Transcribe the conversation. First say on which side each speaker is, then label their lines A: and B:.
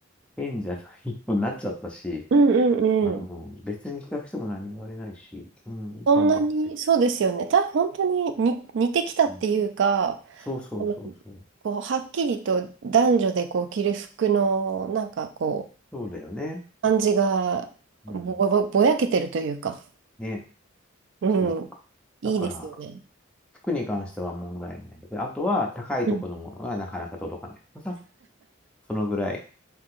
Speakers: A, in the centre; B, on the right (about 60°).
A: 変じゃないようになっちゃったし、
B: うんう
A: うん、
B: んうん。
A: 別に比較しても何も言われないし、うん、いいかなって。
B: そんなに、そうですよね。た、本当にに似てきたっていうか、
A: うん、そうそうそうそう。
B: あのこう、はっきりと男女でこう着る服の、なんかこう、
A: そうだよね。
B: 感じがぼ、
A: うん。
B: ぼ、ぼやけてるというか、
A: ね、
B: うん、
A: そうか。
B: いいですよね。
A: だから、服に関しては問題ないので、あとは高いとこのものがなかなか届かないとかさ、
B: うん。
A: そのぐらい。